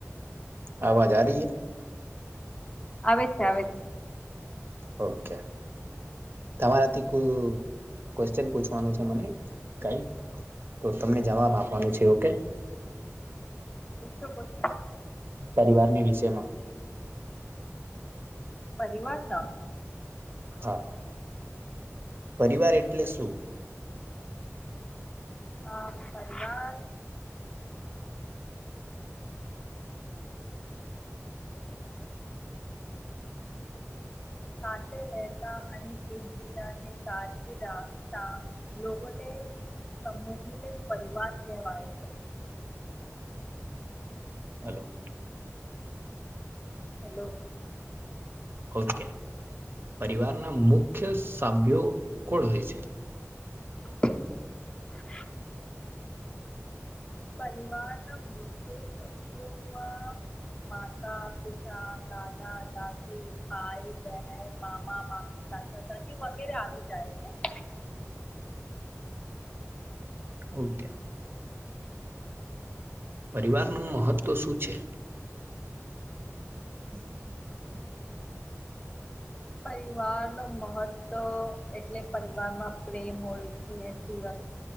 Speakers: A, on the right (about 45°); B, on the left (about 20°).
A: આવાજ આ રિ હે
B: આવે છે આવે છે.
A: ઓકે. તમારાથી કોઈ ક્વેશ્ચન પૂછવાનું છે મને કઈ તો તમને જવાબ આપવાનું છે ઓકે
B: <unintelligible>
A: પરિવાર ની વિષયમાં
B: પરિવાર ના
A: હા પરિવાર એટલે શું?
B: હ પરિવાલ સાથે રેતા અને એકબીજા ને કાળજી રાખતા લોકોને સમૂહ ને પરિવાર કહેવાય છે.
A: હલો.
B: હેલો
A: ઓકે પરિવાર ના મુખ્ય સભ્યો કોણ હોય છે.
B: <inaudible> પરિવારના મુખ્ય સભ્યો માં માતા પિતા દાદા દાદી ભાઈ બહેન મામા મામી ચાચા ચાચી વગેરે આવી જાય છે.
A: ઓકે. પરિવાર નું મહત્વ શું છે? હમ્મ હમ્મ.
B: પરિવાર નું મહત્વ એટલે પરિવારમાં પ્રેમ હોય છે સુરત